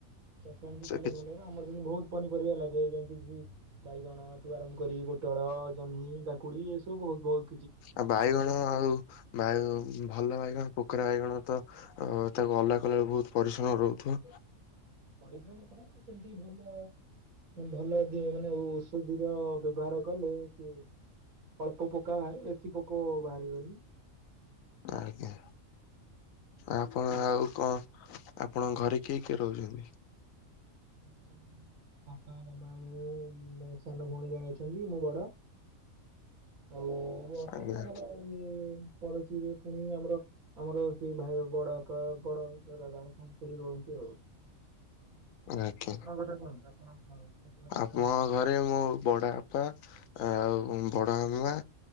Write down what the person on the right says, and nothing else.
ଚାଷ ଏମତି
କଲେ
ଭଲ ନା ଆମର ସେମିତି ବହୁତ୍ ପନିରିବା ଲାଗେ ଯେମିତିକି ବାଇଗଣ ଠୁ ଆରମ୍ଭ କରି ପୋଟଳ, ଜହ୍ନି, କାକୁଡ଼ି ଏସବୁ ବହୁତ୍
ପରିଶ୍ରମ କଣ ସେମିତି ଭଲ ଭଲ ଦେ ମାନେ ଔଷଧିର ବ୍ୟବହାର କଲେ ସି। ଅଳ୍ପ ପୋକା ବାହାରେ ବେଶୀ ପୋକ ବାହାରିବନି।
ଖାଲି ଆମେ ବାପା ମାମା ମୁଁ ମୋ ସାନ ଭଉଣୀ ଜଣେ ଅଛନ୍ତି ମୁଁ ବଡ। ଆଉ ଅଛନ୍ତି
ଆମର ଇଏ ପଡୋଶୀରେ ପୁଣି ଆମର ଆମର ସିଏ ଭାଇର ବଡ ବାପା ବଡ ଦାଦାଙ୍କ କଣ ଖୁଡି ରୁହନ୍ତି ଆଉ।
ଆପଣଙ୍କ କଥା କୁହନ୍ତୁ ଆପଣ କଣ କେତେବେଳେ
କଣ